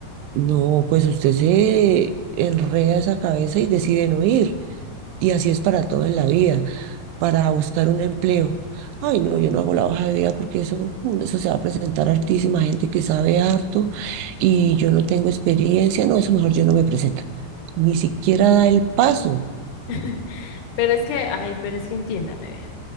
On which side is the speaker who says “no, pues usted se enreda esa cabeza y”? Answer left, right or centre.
Right